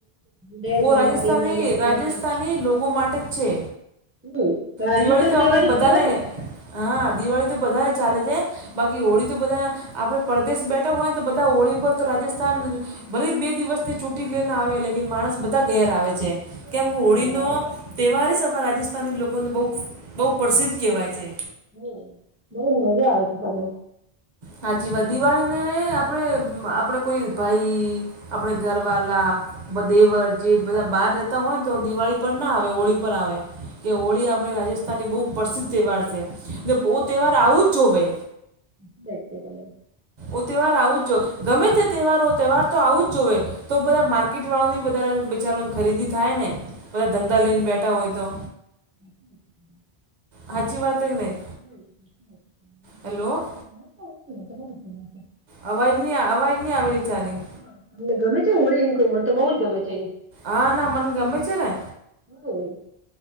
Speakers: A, on the right; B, on the right.
A: દેઢ
B: ઓ
A: મહિના
B: રાજસ્થાની
A: બે મહિના પેલા
B: રાજસ્થાની
A: આપડે
B: લોકો માટે જ છે
A: એવુ રાજસ્થાન
B: દિવાળી તો આપણે
A: તહેવારી
B: બધાને
A: જ કેવાય ને
B: હા દિવાળી તો બધાને ચાલે છે બાકી
A: હમ્મ,
B: હોળી તો બધા આપણે પરદેશ બેઠા હોય ને તો બધા હોળી પર તો રાજસ્થાન ભલે બે દિવસની છૂટી લઈને આવે લેકીન માણસ બધા ઘેર આવે છે.
A: હા
B: કેમ
A: બરાબર
B: કે હોળીનો
A: આવે છે ને.
B: તહેવાર જ અમા રાજસ્થાની લોકોને બહુ બહુ પ્રસિદ્ધ કહેવાય છે.
A: હમ. બહુ મજા આવે છે. <inaudible>
B: હાચી વાત. દિવાળીને આપણે આપડે કોઈ ભાઈ આપણે ઘરવાલા બધ દેવર, જેેઠ બધા બહાર રેતા હોય ને તો દિવાળી પર ના આવે હોળી પર આવે. કે હોળી આપણે રાજસ્થાનની
A: સાચી
B: બહુ પ્રસિદ્ધ તહેવાર છે ને પો તહેવાર આવું જ જોવે.
A: <inaudible>
B: ઓ તહેવાર આવું જ જો. ગમે તે તહેવાર હોય તહેવાર તો આવું જ જોવે. તો બધા માર્કેટવાળાની બધારે બેચારાની ખરીદી થાય ને. બધા ધંધા લઈને બેઠા હોય તો.
A: <inaudible>
B: હાચી વાત હે કે નહીં?
A: હમ <inaudible>
B: હલો
A: <inaudible>
B: અવાજ ની અવાય ની આવી રહી છે આની.
A: હા, તમને ગમે છે હોડી? એમ કઉં મન તો બઉ જ ગમે છે એમ.
B: આ હા મન ગમે છે ને.
A: હમ